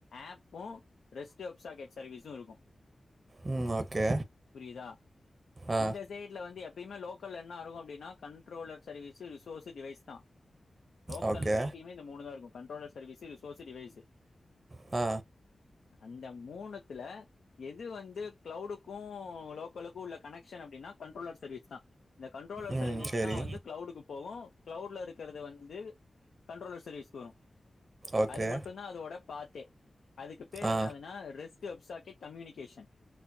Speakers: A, on the left; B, on the right.
A: ஆப்பும் ரெஸ்ட் வெப்ஸா கெட சர்வீஸு இருக்கும்
B: ம் ஓகே
A: புரியுதா
B: ஆ
A: இந்த சைட்ல வந்து எப்புமே லோக்கல்ல என்னாருக்கு அப்டின்னா கண்ட்ரோலர் சர்வீஸ்ஸு ரிசோர்ஸு டிவைஸ் தா லோக்கல்ல
B: ஓகே
A: எப்பயுமே இந்த மூணு தா இருக்கும் கண்ட்ரோலர் சர்வீஸ் ரிசோர்ஸ் டிவைஸ்
B: ஆ
A: அந்த மூணு ல எது வந்து கிளவுடுக்கும் லோக் <unintelligible> கணேக்க்ஷன் அப்டினா கண்ட்ரோலர் சர்வீஸ் தான் அந்த கன்ட்ரோலர்
B: ம்
A: சர்விஸ்
B: சரி
A: தான் வந்து கிளவுட்க்கு போகும் கிளவுட்ல இருக்குறது வந்து கண்ட்ரோலர் சர்விஸ் <unintelligible>
B: ஓகே
A: அது மட்டும் தான் அதோட பார்த்தே அதுக்கு பேர்
B: ஆ
A: என்னதுனா ரெஸ்க் கம்யூனிகேஷன்